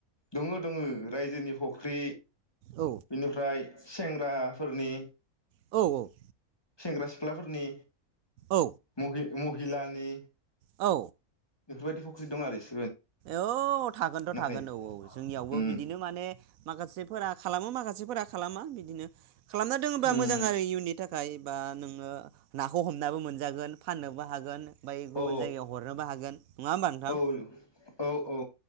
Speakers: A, on the left (about 15°); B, on the right (about 75°).
A: दोङो दोङो रायजोनि फख्रि ख्रि
B: औ
A: बेनिफ्राय सेंग्राफोरनि
B: औ औ
A: सेंग्रा सिख्लाफोरनि
B: औ
A: <inaudible> हिलानि
B: औ
A: बेफोरबायदि फख्रि दं आरो <unintelligible>
B: औ थागोनथ
A: नाथाय
B: थागोन औ औ जोंनियावबो
A: उम
B: बिदिनो माने माखासेफोरा खालामो माखासेफोरा खालामा बिदिनो खालामना दोनोबा
A: उम
B: मोजां आरो इयुननि थाखाय खायबा नोङो नाखौ हमनानैबो मोनजागोन फाननोबो हागोन ओमफाय गुबुन
A: औ
B: जायगायाव हरनोबो हागोन नङा होमबा नोंथां
A: औ औ औ